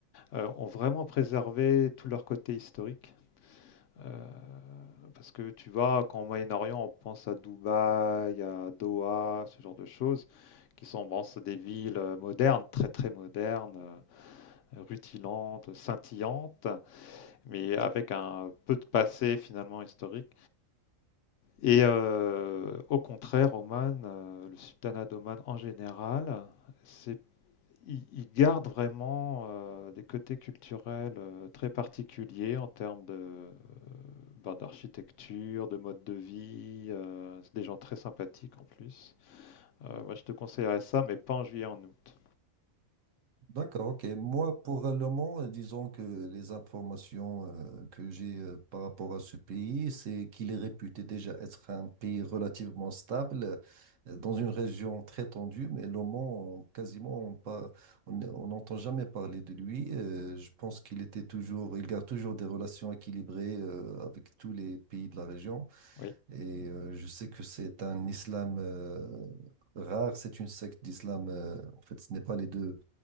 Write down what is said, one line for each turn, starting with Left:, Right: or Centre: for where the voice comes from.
Left: euh, ont vraiment préservé tout leur côté historique. Euh, parce que tu vois, quand au Moyen-Orient, on pense à Dubaï, à Doha, ce genre de choses, qui sont bon, c'est des villes euh, modernes, très très modernes, euh, rutilantes, scintillantes, mais avec un peu de passé finalement historique. Et euh, au contraire, Oman, euh, le sultanat d'Oman en général, c'est, il, il garde vraiment euh, des côtés culturels euh, très particuliers en termes de, euh, bah, d'architecture, de mode de vie. euh, c'est des gens très sympathiques en plus. Euh, moi, je te conseillerais ça, mais pas en juillet, en août.
Right: D'accord, ok. Moi, pour euh, le moment, euh, disons que les informations euh, que j'ai euh, par rapport à ce pays, c'est qu'il est réputé déjà être un pays relativement stable, euh, dans une région très tendue, mais le Mans, on- quasiment, on par- on- on n'entend jamais parler de lui. Euh, je pense qu'il était toujours, il garde toujours des relations équilibrées euh, avec tous les pays de la région.
Left: Oui,
Right: Et euh, je sais que c'est un islam euh, rare, c'est une secte d'islam. euh, en fait, ce n'est pas les deux